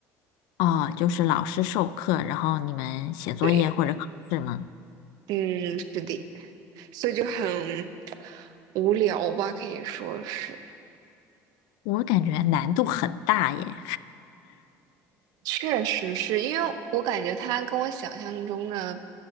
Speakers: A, on the left; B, on the right.
A: 哦，就是老师授课，然后你们写作业或者考试吗？
B: 对，嗯，是的，所以就很无聊吧，可以说是。
A: 我感觉难度很大耶。
B: 确实是因为我感觉它跟我想象中的